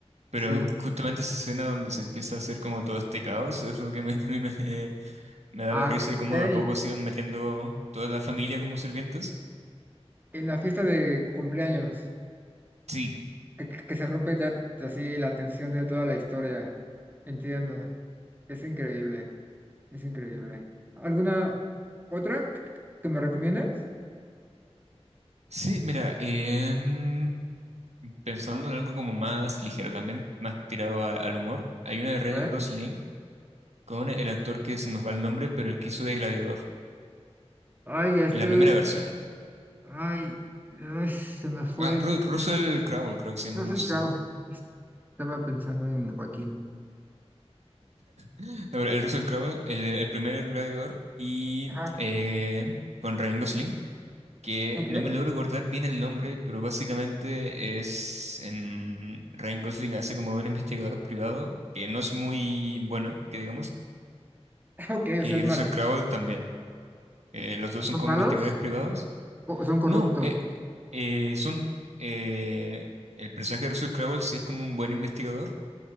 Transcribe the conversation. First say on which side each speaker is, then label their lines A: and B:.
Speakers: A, on the right; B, on the right.
A: Pero
B: Sí.
A: justamente esa escena donde se empieza a hacer como todo este caos es lo que me, <laughs> me, me daba
B: Ah,
A: risa y
B: ok.
A: cómo de a poco se iban metiendo toda la familia como sirvientas.
B: En la fiesta de cumpleaños.
A: Sí,
B: que, que- que se rompe ya así la tensión de toda la historia. Entiendo. Es increíble, es increíble. ¿Alguna otra que me recomiendas?
A: sí, mira, em, pensando en algo como más ligero, también más tirado a- al humor, hay una de Ryan
B: A ver.
A: Gosling Con el actor que se nos va el nombre, pero el que hizo de Gladiador,
B: Ay, este,
A: en la primera versión.
B: ay, ay, se me fue.
A: Ah,
B: es
A: Ru- Russell Crowe, creo que se llama,
B: Russell
A: una cosa
B: Crowe.
A: así.
B: Es- Estaba pensando en Joaquín.
A: No, pero el Russell Crowe, el, el primer Gladiador, y
B: Ajá.
A: eh, con Ryan Gosling, que
B: Ok,
A: no me logro acordar bien el nombre, pero básicamente es en Ryan Gosling hace como un investigador privado, que no es muy bueno, que digamos,
B: <laughs> ok,
A: y
B: o sea, es
A: Russell
B: malo.
A: Crowe también. Eh, los dos son
B: ¿Son
A: como
B: malos?
A: investigadores privados.
B: ¿O son corruptos?
A: No, eh, eh, son eh, el personaje de Russell Crowe sí es como un buen investigador